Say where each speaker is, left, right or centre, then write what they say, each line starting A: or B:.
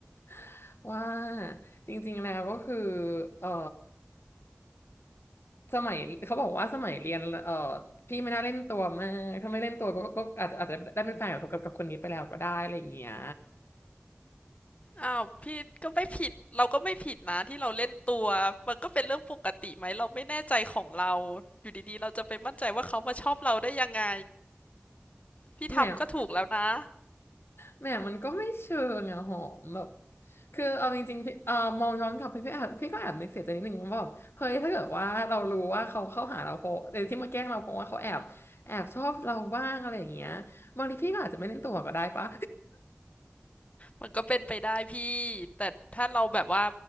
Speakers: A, on the left; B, on the left.
A: ๆ <laughs> ว่าจริงๆแล้วก็คือเออ สมัยเขาบอกว่าสมัยเรียนเออพี่ไม่น่าเล่นตัวมากถ้าไม่เล่นตัวก็ก็ก็อาจจะอาจจะได้เป็นแฟนกับกับกับคนนี้ไปแล้วก็ได้อะไรอย่างเงี้ย
B: อ้าวพี่ก็ไม่ผิดเราก็ไม่ผิดนะที่เราเล่นตัวมันก็เป็นเรื่องปกติไหมเราไม่แน่ใจของเราอยู่ดีๆเราจะไปมั่นใจว่าเขามาชอบเราได้ยังไงพี่ทำก็ถูกแล้วนะ
A: แหมแหมมันก็ไม่เชิงอะหอมแบบคือเอาจริงๆพี่เออมองย้อนกลับไปพี่แอบพี่ก็แอบนึกเสียใจนิดนึงว่าแบบเฮ้ยถ้าเกิดว่าเรารู้ว่าเขาเข้าหาเราเพราะเออที่มาแกล้งเราเพราะว่าเขาแอบแอบชอบเราบ้างอะไรอย่างเงี้ยบางทีพี่ก็อาจจะไม่เล่นตัวก็ได้ปะ
B: มันก็เป็นไปได้พี่แต่ถ้าเราแบบว่า